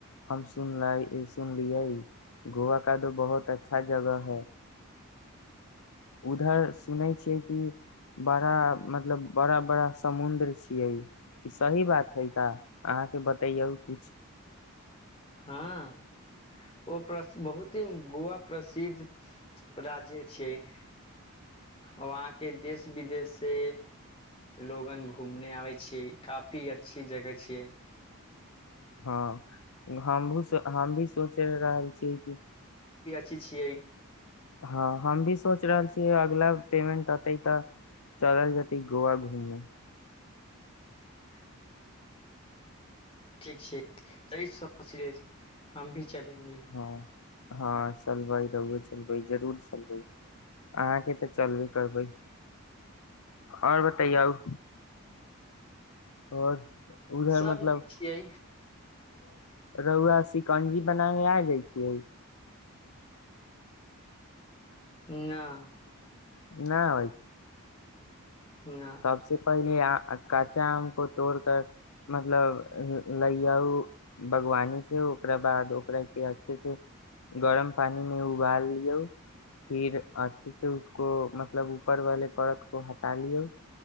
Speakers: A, on the left (about 80°); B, on the left (about 25°).
A: हम सुनलये सुनलियै गोवा कादो बहुत अच्छा जगह है। उधर सुनै छिय क बड़ा मतलब बड़ा बड़ा समुद्र छियै ई सही बात है? का अहाँके बतैयौ कुछ।
B: हँ ओ बहुत ही गोवा प्रसिद्ध राज्य छैिय वहां के देश विदेश से लोगन घूमने आबै छियै काफी अच्छी जगह छिय।
A: हँ घाम भू हम भी सोचि रहल छीियै कि
B: छी छियै।
A: हँ हम भी सोच रहल छियै अगला पेमन्ट अतए तऽ चलल जतय घू गोवा घूमना
B: <inaudible> ठीक छै सचे हम भी चलेंगे
A: हँ हँ सल भइ रहू छै जरूर चलबै अहाँके तऽ चलबे करबै आओर बतैयउ आओर
B: सभ
A: मतलब
B: नीक छियै
A: रौुआ सिकंजी बना केे आ जाय छियै
B: न
A: नहि भइ
B: न
A: सब सिफाइ काँचा आम को तोड़ क मतलब लयऔ बागवानी से ओकरा बाद ओकरा के अच्छे से गरम पानी मे उबाल लियऔ फिर अच्छे से को मतलब ऊपर वाले परत को ह तालियौ